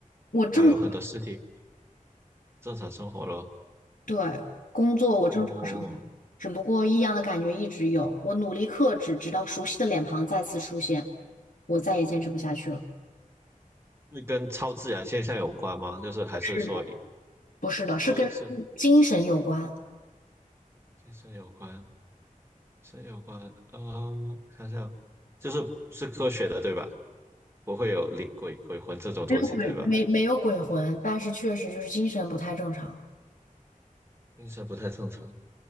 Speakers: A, on the left (about 80°); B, on the right (about 15°).
A: 我正，
B: 然后有很多尸体，正常生活咯。
A: 对，工作我正常生活，
B: 哦，
A: 只不过异样的感觉一直有。我努力克制，直到熟悉的脸庞再次出现，我再也坚持不下去了。
B: 会跟超自然现象有关吗？就是还是说
A: 是的，不是的，
B: 是是
A: 是跟精神有关，
B: 精神有关，神有关，嗯，想想就是是科学的对吧？不会有灵鬼鬼魂这种东西对吧？
A: 没有鬼，没没有鬼魂，但是确实就是精神不太正常。
B: 精神不太正常。